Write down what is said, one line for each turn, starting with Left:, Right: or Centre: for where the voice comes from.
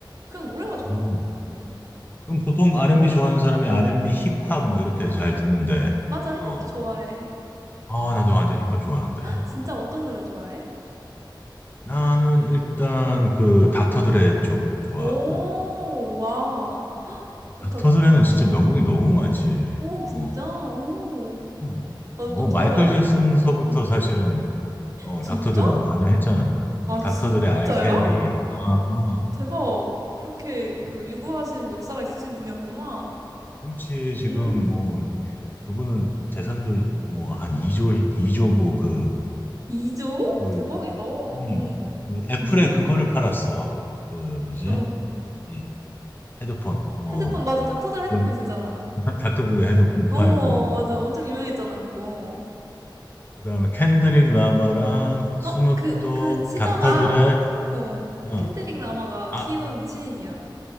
Right: 그냥 노래가 좋아.
Left: 어.
Right: 음.
Left: 그럼 보통 R&B 좋아하는 사람이 R&B 힙합 뭐 이렇게 잘 듣는데,
Right: 맞아, 힙합도
Left: 어,
Right: 좋아해. <gasps>
Left: 아, 나도 완전 힙합 좋아하는데.
Right: <laughs> 진짜
Left: 어.
Right: 어떤 노래 좋아해?
Left: 나는 일단 그
Right: 응
Left: 닥터 드레 쪽 좋아하고,
Right: 오, 와. 좋다,
Left: 닥터
Right: 좋다.
Left: 드레는 진짜 명곡이 너무 많지.
Right: 오, 진짜?
Left: 어,
Right: 오.
Left: 음.
Right: 나도
Left: 뭐
Right: 좀 들어봐야
Left: 마이클
Right: 되겠다.
Left: 잭슨서부터
Right: 응
Left: 사실은 어,
Right: 진짜?
Left: 닥터 드레가 관여했잖아. 음,
Right: 아, 진짜요?
Left: 닥터 드레, 알 켈리, 아, 아.
Right: 대박. 그렇게 그
Left: 음.
Right: 유구하신 역사가 있으신 분이었구나.
Left: 그렇지 지금
Right: 음.
Left: 뭐 그분은 재산도 뭐 한 2조 2조고 그
Right: 이조
Left: 그
Right: 대박이다.
Left: 음,
Right: 음.
Left: 그 애플에
Right: 엄청
Left: 그거를 팔았어. 그 뭐지?
Right: 어, 어.
Left: 이 헤드폰 뭐
Right: 헤드폰 맞아 닥터들
Left: 그건
Right: 헤드폰 있었잖아.
Left: <laughs> 닥터들의 헤드폰을
Right: 어
Left: 팔고
Right: 맞아 엄청 유명했잖아 그거.
Left: 그다음에 켄드릭 라마랑 스눕독
Right: 어 그 그 시저가
Left: 닥터들의
Right: 어 어.
Left: 어,
Right: 캔드릭 라마가
Left: 아,
Right: 키운 신인이야.